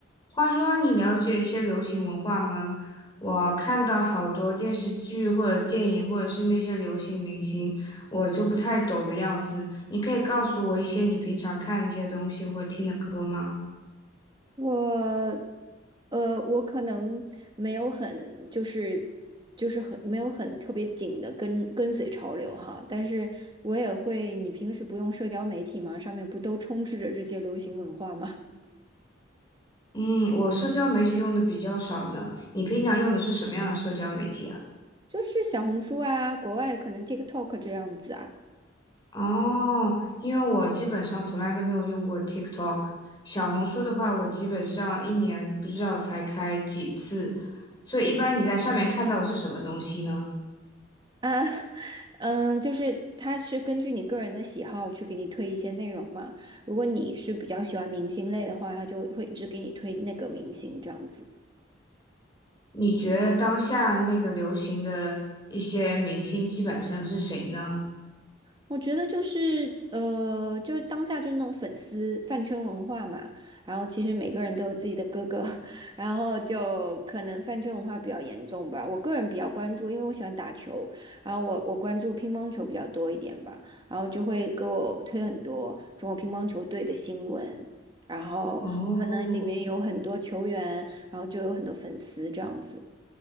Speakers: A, on the left; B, on the right.
A: 话说，你了解一些流行文化吗？我看到好多电视剧或者电影，或者是那些流行明星，我就不太懂的样子。你可以告诉我一些你平常看那些东西或者听的歌吗？
B: 我，呃，我可能没有很就是就是很没有很特别紧的跟跟随潮流哈，但是我也会，你平时不用社交媒体吗？上面不都充斥着这些流行文化吗？
A: 嗯，我社交媒体用的比较少呢。你平常用的是什么样的社交媒体啊？
B: <laughs> 就是小红书啊，国外可能 TikTok 这样子啊
A: 哦，因为我基本上从来都没有用过 TikTok，小红书的话，我基本上一年不知道才开几次，所以一般你在上面看到的是什么东西呢？
B: 啊，<laughs> 嗯，就是它是根据你个人的喜好去给你推一些内容嘛。如果你是比较喜欢明星类的话，它就会一直给你推那个明星这样子。
A: 你觉得当下那个流行的一些明星基本上是谁呢？
B: 我觉得就是呃，就是当下就那种粉丝饭圈文化嘛，然后其实每个人都有自己的哥哥，<laughs> 然后就可能饭圈文化比较严重吧。我个人比较关注，因为我喜欢打球，然后我我关注乒乓球比较多一点吧，然后就会给我推很多中国乒乓球队的新闻，然后可能里面有很多球员，
A: 哦，
B: 然后就有很多粉丝这样子。